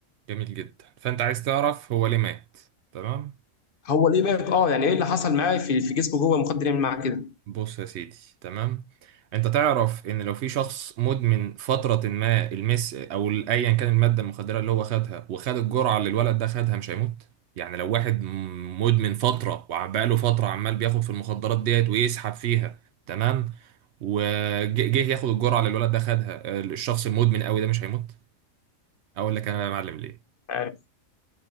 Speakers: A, on the right; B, on the left.
A: جميل جدا فانت عايز تعرف هو ليه مات تمام
B: هو ليه مات اه يعني ايه اللي حصل معاه في في جسمه جوه المخدر يعمل معاه كده
A: بص يا سيدي تمام انت تعرف ان لو في شخص مدمن فترة ما المس او ايا كان المادة المخدرة اللي هو خدها وخد الجرعة اللي الولد ده خدها مش هيموت يعني لو واحد م- مدمن فترة وبقاله فترة عمال بياخد في المخدرات ديت ويسحب فيها تمام وجه ياخد الجرعة اللي الولد ده خدها آه، الشخص المدمن قوي ده مش هيموت اقول لك انا بقى يا معلم ليه
B: عارف